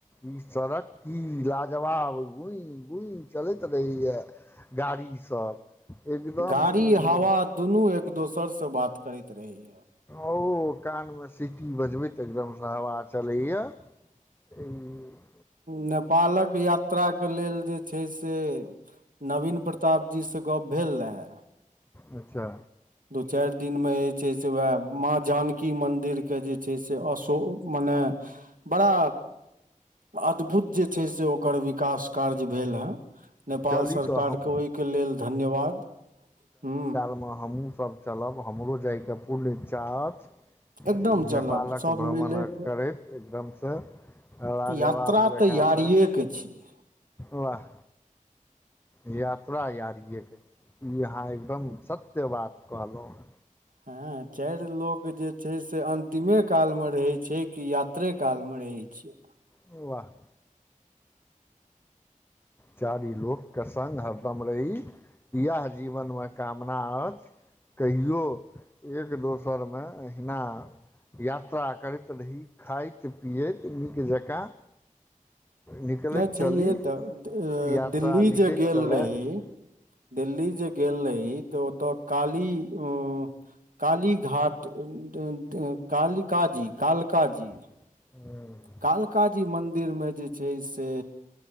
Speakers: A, on the left; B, on the right.
A: ई सड़क कि लाजवाब गुई गुई चलैत रहैए गाड़ीसभ एकदम्म
B: गाड़ी
A: ऊ
B: हवा दुनू एक दोसर से बात करैत रहेया।
A: ओ कान मे सीटी बजबे तऽ एकदम सँ हवा चलैया हन
B: नेपाल कऽ यात्रा के लेल जे जे छै से नवीन प्रताप जी से गप भेल रहा
A: अच्छा।
B: दू चारि दिन मे जे छै से उएह माँ जानकि मन्दिर के जे छै से अशोक मन बड़ा अद्भुत जे छै से ओकर विकास कार्य भेल हे नेपाल
A: चली
B: सरकार
A: तऽ हम
B: के ओहिके लेलऽ धन्यवाद। हू
A: हमहूँ सभ चलब, हमरो जायके पूर्ण इच्छा अछि।
B: एकदम चलब
A: नेपाल कऽ
B: सब
A: भ्रमण
B: मिले के
A: करैत एकदमसँ लाजवाब
B: यात्रा
A: जका
B: तऽ यारिये
A: से
B: के छिये
A: वाह इहा तरा यारिए के छी अहाँ एकदम सत्य बात कहलहुॅं ह
B: हँ चारि लोग जे छै से अतिमे काल मे रहे छै कि यात्रे काल मे रहे छै।
A: वाह। चारि लोक के संग हरदम रही इएह जीवन मे कामना अछि। कहियो एक दोसर मे एहिना यात्रा करैत रही खाइत पियैत नीक जका निकलेत
B: नहि छैहे
A: चली।
B: दिल्ली
A: यात्रा
B: जे
A: निकैत
B: गेल
A: चलय
B: रहहि <inaudible> दिल्ली जे गेल रहहि तऽ ओतऽ काली काली घाट <unintelligible> काली <unintelligible> कलका जी
A: <unintelligible>
B: कालकाजी मन्दिर में जे छै से